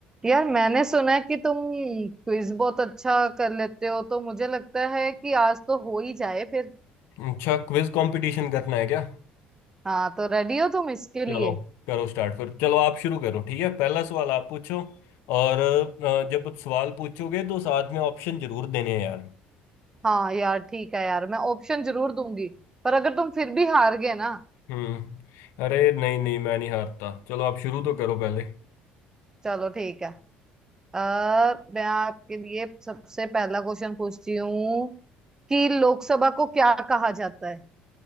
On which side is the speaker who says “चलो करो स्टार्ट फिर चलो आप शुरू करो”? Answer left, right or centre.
Left